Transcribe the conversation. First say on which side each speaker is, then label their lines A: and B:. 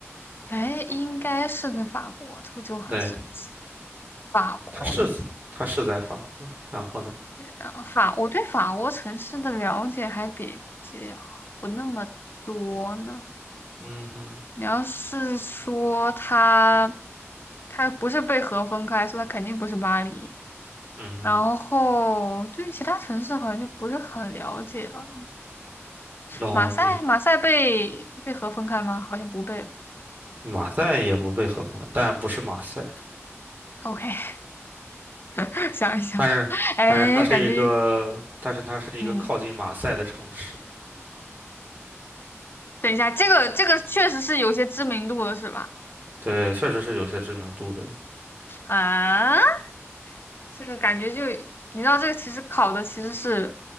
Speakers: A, on the left; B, on the right.
A: 哎，应该是在法国，这个就很神奇。
B: 对，
A: 法国，
B: 他是他是在法国。然后呢？
A: 呃法，我对法国城市的了解还比较不那么多呢。
B: 嗯哼，
A: 你要是说他，他不是被河分开，说以他肯定不是巴黎。
B: 嗯哼。
A: 然后对于其他城市好像就不是很了解了。
B: 哦，
A: 马赛，
B: 你
A: 马赛被被河分开吗？好像不被吧
B: 马赛也不被合并，但不是马赛，
A: OK，<laughs> 想一想，
B: 但是但是它是一个，
A: 哎，感觉
B: 但是它是一个靠近马赛的城市。
A: 嗯，等一下，这个这个确实是有些知名度的，是吧？
B: 对，确实是有些知名度的。
A: 啊。这个感觉就，你知道这个其实考的其实是